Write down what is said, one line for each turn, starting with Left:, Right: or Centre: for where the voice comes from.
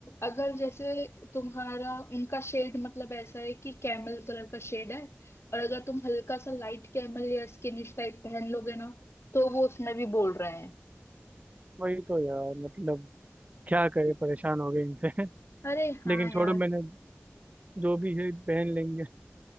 Left: अगर जैसे तुम्हारा उनका शेड मतलब ऐसा है कि कैमल कलर का शेड है और अगर तुम हल्का सा लाइट कैमल या स्किनिश टाइप पहन लोगे ना तो वो उसमें भी बोल रहे हैं
Right: वही तो यार मतलब क्या करे परेशान हो गए इनसे <laughs>
Left: अरे हाँ
Right: लेकिन छोड़ो
Left: यार
Right: मैंने जो भी है पहन लेंगे